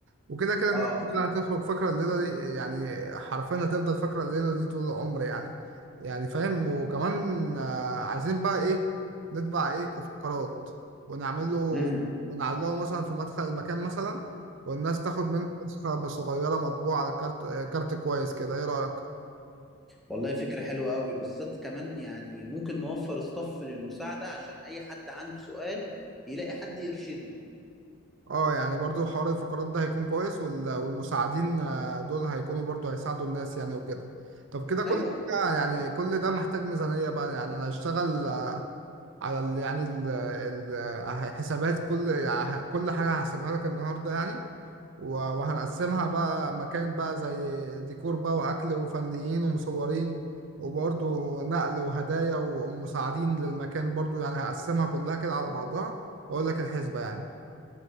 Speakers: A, on the right (about 55°); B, in the centre.
A: وكده كده الناس
B: اه
A: كلها هتخرج فاكرة الليلة دي يعني حرفيا هتفضل فاكرة الليلة دي طول العمر يعني يعني فاهم وكمان آه، عايزين بقى ايه نطبع ايه افتقارات ونعمله
B: امم
A: ونعلقه مثلا في مدخل المكان مثلا والناس تاخد منه نسخة صغيرة مطبوعة على كارت آه، كارت كويس كده ايه رأيك؟
B: والله فكرة حلوة قوي بالذات كمان يعني ممكن نوفر ستاف للمساعدة عشان أي حد عنده سؤال يلاقي حد يرشده
A: اه يعني برضو حوار الفقرات ده هيكون كويس وال- والمساعدين آه، دول هيكونوا برضو هيساعدوا الناس يعني وكده طب كده كل
B: أيوة
A: حاجة يعني كل ده محتاج ميزانية بقى يعني انا هشتغل آه، على ال يعني ال ال حسابات كل يعني كل حاجة هحسبها لك النهاردة يعني و- وهنقسمها بقى مكان بقى زي ديكور بقى وأكل وفنيين ومصورين وبرضو نقل وهدايا ومساعدين للمكان برضو يعني هقسمها كلها كده على بعضها وأقول لك الحسبة يعني